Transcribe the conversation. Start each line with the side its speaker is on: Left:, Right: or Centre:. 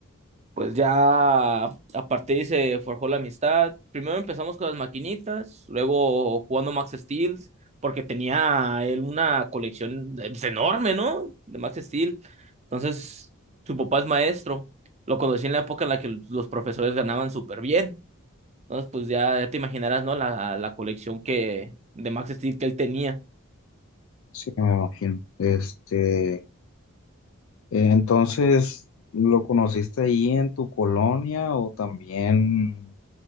Right: Pues ya a partir de ahí se forjó la amistad. Primero empezamos con las maquinitas, luego jugando Max Steel, porque tenía él una colección eh, pues, enorme, ¿no? De Max Steel. Entonces, su papá es maestro. Lo conocí en la época en la que los profesores ganaban súper bien. Entonces, pues ya, ya te imaginarás, ¿no? La, la colección que, de Max Steel que él tenía.
Left: sí, me imagino. Este. Eh, entonces, ¿lo conociste ahí en tu colonia o también